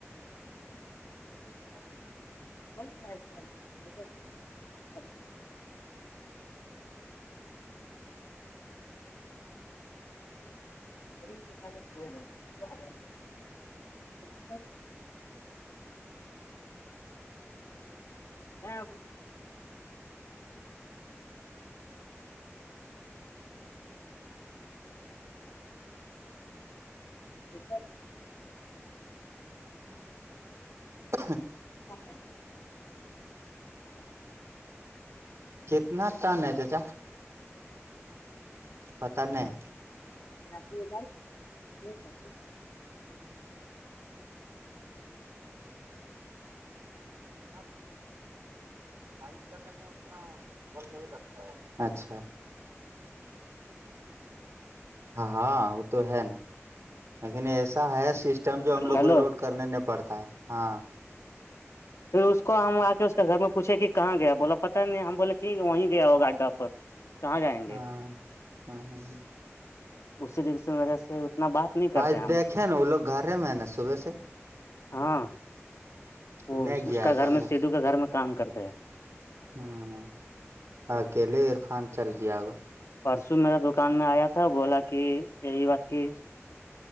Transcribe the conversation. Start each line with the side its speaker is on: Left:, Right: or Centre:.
Left: ب صی بات تو سر
Right: ہاں
Left: ا
Right: کتنا ٹان ہے تچا پتا نہیں
Left: پے سم
Right: ہاں انا اچھا ہاں وہ تو ہے نا لیکن ایسا ہے سسٹم جو ہم لوگ
Left: ہیلو
Right: کو لوڈ کرنے نہیں پڑتا ہے ہاں
Left: پھر اس کو ہم آ کے اس کے گھر میں پوچھے کہ کہاں گیا بولا نہیں ہم بولے ٹھیک ہے وہیں گیا ہو گاڈا پر کہاں جائیں گے
Right: ہاں ہاں
Left: اسی دن سے میرے سے اتنا بات نہیں کرتے
Right: آج
Left: ہم
Right: دیکھے نا وہ لوگ گھرے میں ہے نا صبح سے
Left: ہاں وہ
Right: نہیں گیا
Left: اس کا
Right: تھا
Left: گھر
Right: اپنے
Left: میں سیڈو کا گھر میں کام کرتے ہے
Right: ہوں اکیلے عرفان چل گیا گا
Left: پرسو میرا دکان میں آیا تھا بولا کہ یہی بات کی